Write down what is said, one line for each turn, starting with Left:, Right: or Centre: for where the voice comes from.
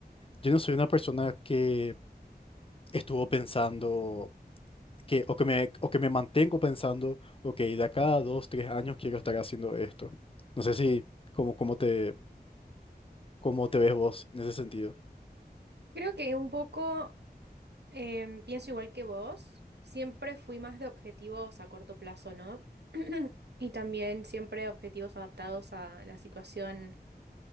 Left: yo no soy una persona que estuvo pensando que, o que me, o que me mantengo pensando, ok, de acá a dos, tres años quiero estar haciendo esto. No sé si, cómo, cómo te, cómo te ves vos en ese sentido.
Right: Creo que un poco em, pienso igual que vos. Siempre fui más de objetivos a corto plazo, ¿no? <clears throat> Y también siempre objetivos adaptados a la situación,